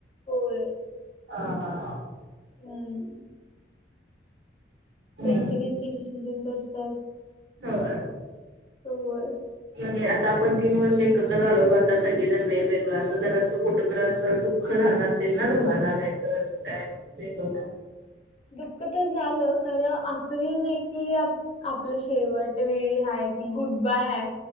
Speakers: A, on the left; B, on the right.
A: होय
B: ह हा हा.
A: हम.
B: हम्म.
A: त्यांचे त्यांचे डिसिजन्स असतात.
B: हो.
A: हो..
B: म्हणजे आता आपण तीन वर्ष एकत्र झालो आता सगळेजण वेगवेगळं असं जरा अस फोट. अस दुःख झालं असेल ना त मला नाही तर अस काय वेग.
A: दुःख तर झालं खरं असंही नाही कि. आपलं शेवट वेळी ह की गुड बाय ह.